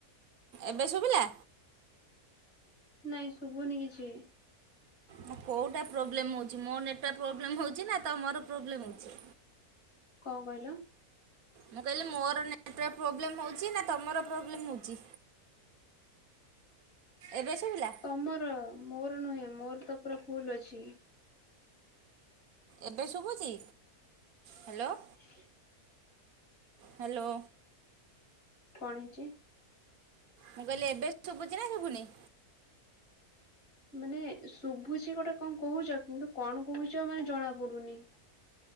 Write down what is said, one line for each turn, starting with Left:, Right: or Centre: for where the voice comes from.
Right: ଏବେ ଶୁଭିଲା?
Left: ନାଇଁ ଶୁଭୁନି କିଛିିବି।
Right: ମୋ କୋଉଟା ପ୍ରୋବ୍ଲେମ ହୋଉଛି ମୋର ନେଟୱାକ୍ ପ୍ରୋବ୍ଲେମ ହଉଛି ନା ତମର ପ୍ରୋବ୍ଲେମ ହେଉଛି?
Left: କଣ କହିଲ?
Right: ମୁଁ କହିଲି ମୋର ନେଟୱାର୍କ ପ୍ରୋବ୍ଲେମ୍ ହେଉଛି ନା ତମର ପ୍ରୋବ୍ଲେମ୍ ହେଉଛି? ଏବେ ଶୁଭିଲା?
Left: ତମର ମୋର ନୁହେଁ ମୋର ତ ପୁରା ଫୁଲ ଅଛି।
Right: ଏବେ ଶୁଭୁଛି ହ୍ୟାଲୋ।
Left: ହ
Right: ହ୍ୟାଲୋ।
Left: କଣ ହେଇଛି?
Right: ମୁଁ କହିଲି ଏବେ ଶୁଭୁଛି ନା ଶୁଭୁନି?
Left: ମାନେ ଶୁଭୁଛି ଗୋଟେ କଣ କହୁଛ କିନ୍ତୁ କଣ କହୁଛ ମାନେ ଜଣା ପଡୁନି।